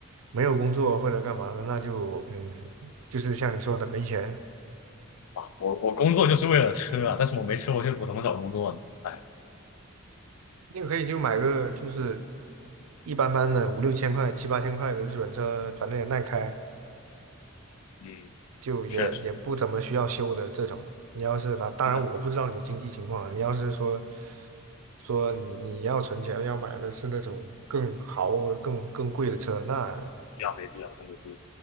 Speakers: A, on the right; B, on the left.
A: 没有工作或者干嘛的，那就嗯，就是像你说的没钱，
B: 啊，我我工作就是为了吃啊，但是我没吃，我就我怎么找工作呢？哎，
A: 你可以就买个就是一般般的五六千块、七八千块的日本车，反正也耐开。
B: 嗯，
A: 就也也不怎么需要修的这种。
B: 确实，
A: 你要是反，当然我不知道你的经济情况啊你要是说
B: 真的没
A: 说你你要存钱要买的是那种更豪更更贵的车，那
B: 必要没必要，真的没必要。